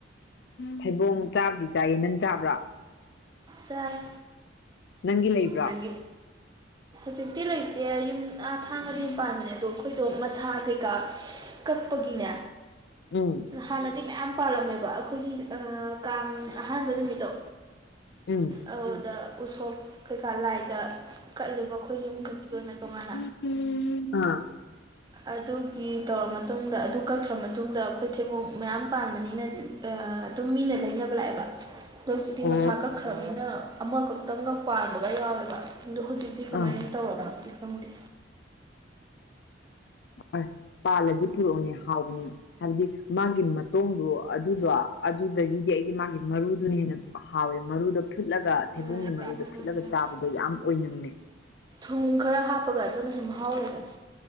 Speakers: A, on the left (about 60°); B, on the right (about 20°).
A: ꯐꯩꯕꯣꯡ ꯆꯥꯕꯗꯤ ꯆꯥꯏꯌꯦ ꯅꯪ ꯆꯥꯕ꯭ꯔꯥ
B: ꯆꯥꯏ
A: ꯅꯪꯒꯤ ꯂꯩꯕ
B: ꯅꯪꯒꯤ ꯍꯧꯖꯤꯛꯇꯤ ꯂꯩꯇꯦ ꯌꯨꯝ ꯑꯥ ꯊꯥꯡꯉꯗꯤ
A: ꯎꯝ
B: ꯄꯥꯟꯕꯅꯦ ꯑꯗꯣ ꯑꯩꯈꯣꯏꯗꯣ ꯃꯁꯥ ꯀꯩꯀꯥ ꯀꯛꯄꯒꯤꯅꯦ
A: ꯎ
B: ꯍꯥꯟꯅꯗꯤ ꯃꯌꯥꯝ ꯄꯥꯜꯂꯝꯃꯦꯕ ꯑꯩꯈꯣꯏꯒꯤ ꯀꯥꯡ ꯑꯍꯥꯟꯕ ꯅꯨꯃꯤꯠꯇꯣ
A: ꯎꯝ
B: ꯑꯗꯨꯗ ꯎꯁꯣꯞ ꯀꯩꯀꯥ ꯂꯥꯏꯗ ꯀꯠꯂꯦꯕ ꯑꯩꯈꯣꯏ ꯌꯨꯝꯈꯛꯀꯤ ꯑꯣꯏꯅ ꯇꯣꯉꯥꯟꯅ
A: ꯎꯝ ꯑ
B: ꯎ ꯑꯗꯨꯒꯤ ꯇꯧꯔ ꯃꯇꯨꯡꯗ ꯑꯗꯨ ꯀꯛꯈ꯭ꯔ ꯃꯇꯨꯡꯗ ꯑꯩꯈꯣꯏ ꯊꯦꯕꯣꯛ ꯃꯌꯥꯝ ꯄꯥꯟꯕꯅꯤꯅ ꯑꯗꯨꯝ ꯃꯤꯅ ꯂꯩꯅꯕ ꯂꯥꯛꯑꯦꯕ ꯅꯪ ꯆꯤꯛꯇꯤ
A: ꯑꯣ
B: ꯃꯁꯥ ꯀꯛꯈ꯭ꯔꯕꯅꯤꯅ ꯑꯃꯈꯛꯇꯪꯒ ꯄꯥꯟꯕꯒ ꯌꯥꯎꯋꯦꯕ ꯑꯣ ꯍꯧꯖꯤꯛꯇꯤ ꯗꯤ ꯀꯃꯥꯏꯅ
A: ꯑꯥ
B: ꯇꯧꯔꯕꯅꯣꯗꯤ ꯈꯪꯗꯦ
A: ꯑꯣꯏ ꯄꯥꯜꯂꯗꯤ ꯄꯨꯔꯛꯑꯣꯅꯦ ꯍꯥꯎꯕꯅꯤ ꯍꯥꯏꯕꯗꯤ ꯃꯥꯒꯤ ꯃꯇꯣꯡꯗꯣ ꯑꯗꯨꯗꯣ ꯑꯗꯨꯗꯒꯤꯗꯤ ꯑꯩꯒꯤ ꯃꯥꯒꯤ ꯃꯔꯨꯗꯨꯅꯦꯅ ꯍꯥꯎꯋꯦ ꯃꯔꯨꯗ ꯐꯨꯠꯂꯒ ꯊꯩꯕꯨꯡꯒꯤ
B: ꯎꯝ ꯎꯝ
A: ꯃꯔꯨꯗ
B: ꯎꯝ
A: ꯐꯨꯠꯂꯒ
B: ꯎꯝ
A: ꯆꯥꯕꯗꯣ ꯌꯥꯝ ꯑꯣꯏꯅꯝꯃꯦ
B: ꯊꯨꯝ ꯈꯔ ꯍꯥꯞꯄꯒ ꯑꯗꯨꯅ ꯁꯨꯝ ꯃꯍꯥꯎ ꯂꯩꯕꯅꯦ